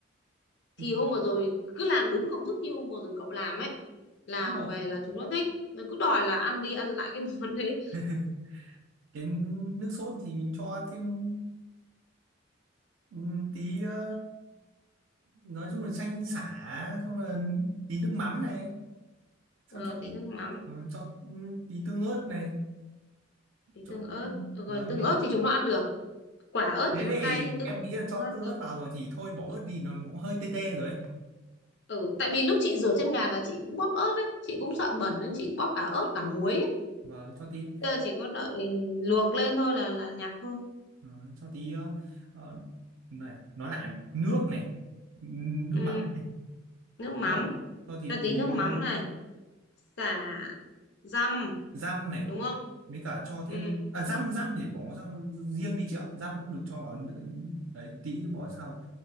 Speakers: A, on the left (about 55°); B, on the right (about 70°).
A: thì
B: Thì-
A: hôm vừa rồi cứ làm đúng công thức như hôm vừa rồi cậu làm ấy là
B: nhưng mà
A: về là chúng nó thích Rồi cứ đòi là ăn đi ăn lại cái <laughs> món đấy
B: <laughs> cái nước sốt thì mình cho thêm ừm, tí ờ, nói chung là chanh sả xong là tí nước mắm này xong
A: ờ,
B: cho
A: tí
B: tí
A: nước mắm
B: ừ, cho ừ, tí tương ớt này
A: tí
B: cho
A: tương ớt Ờ, rồi
B: và
A: tương
B: nệ-
A: ớt thì chúng nó ăn được quả ớt
B: thế
A: thì nó cay
B: thì
A: chứ tương
B: em
A: ớt
B: nghĩ là cho
A: chúng nó ăn
B: tương
A: được
B: ớt vào rồi thì thôi bỏ ớt đi nó cũng hơi tê tê rồi ấy.
A: Ừ, tại vì lúc chị rửa chân gà là chị cũng bóp ớt đấy, chị cũng sợ bẩn nên chị bóp cả ớt cả muối ấy.
B: và cho tí
A: Bây giờ chỉ có đợi luộc lên thôi là là nhặt thôi.
B: ờ, cho tí ờ, ờ, này nói lại này. nước này ừ, nước
A: Ừ,
B: mắm này
A: nước mắm,
B: được cho tí
A: cho tí
B: tí
A: nước mắm
B: ờ,
A: này, xả dăm,
B: răm này
A: đúng không?
B: mới cả cho
A: Ừ,
B: thêm à, dăm răm thì bỏ ra riêng đi chị ạ răm không được cho vào nữa. đấy tí nữa bỏ sau